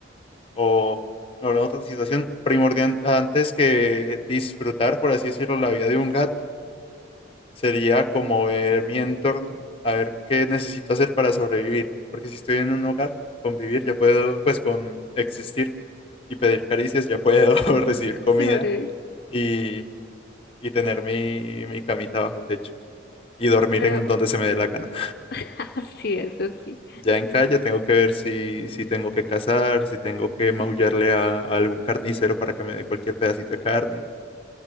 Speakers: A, on the left (about 30°); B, on the left (about 50°).
A: o, o en otra situación primordial antes que disfrutar, por así decirlo, la vida de un gato, sería como ver mi entorno, a ver qué necesito hacer para sobrevivir, porque si estoy en un hogar, convivir, ya puedo, pues con existir y pedir caricias, ya puedo <laughs> recibir
B: <laughs>
A: comida
B: Sobrevivir.
A: y, y tener mi, mi camita bajo techo. Y dormir
B: Pero
A: en donde se me dé la gana.
B: <laughs> así eso sí.
A: Ya en calle tengo que ver si, si tengo que cazar, si tengo que maullarle a, a algún carnicero para que me dé cualquier pedacito de carne